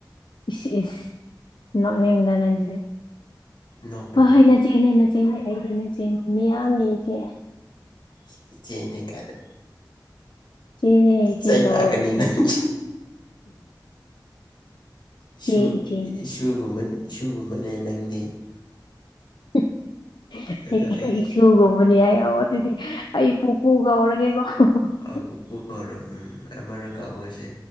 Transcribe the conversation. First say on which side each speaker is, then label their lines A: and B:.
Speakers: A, on the left (about 80°); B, on the left (about 70°).
A: ꯏꯁ ꯏꯁ ꯅꯣꯛꯅꯤꯡꯗ ꯅꯪꯖꯤꯗꯤ
B: ꯅꯣꯛꯀꯅꯨ
A: ꯍꯣ ꯍꯣꯏ ꯅꯆꯦꯅꯦ ꯅꯆꯦꯅꯦ ꯑꯩꯗꯤ ꯅꯆꯦꯅꯦ ꯃꯤꯌꯥꯝꯒꯤ ꯏꯆꯦ
B: <unintelligible> ꯏꯆꯦꯅꯤ ꯀꯥꯏꯗ
A: ꯏꯆꯦꯅꯦ ꯏꯆꯦ
B: ꯆꯩ
A: ꯀꯧꯋꯣ
B: ꯂꯥꯛꯀꯅꯤ
A: ꯏꯆꯦ
B: ꯅꯪ <unintelligible> ꯏꯁꯨ
A: ꯏꯆꯦ ꯏꯆꯦꯅꯦ
B: ꯏ
A: ꯏꯆꯦ
B: ꯏꯁꯨꯒꯨꯝꯕ ꯏꯁꯨꯒꯨꯝꯕꯅꯦ ꯅꯪꯗꯤ
A: <inaudible>
B: ꯑꯗꯣ ꯑꯩꯗꯤ
A: ꯑꯩ ꯏꯁꯨꯒꯨꯝꯕꯅꯦ ꯍꯥꯏꯔꯣ ꯑꯗꯨꯗꯤ ꯑꯩ ꯄꯨꯄꯨ ꯀꯧꯔꯒꯦꯀꯣ <unintelligible>
B: ꯑ ꯄꯨꯄꯨ ꯀꯧꯔꯣ ꯎꯝ ꯑꯃꯔꯛ ꯀꯧꯑꯣꯁꯦ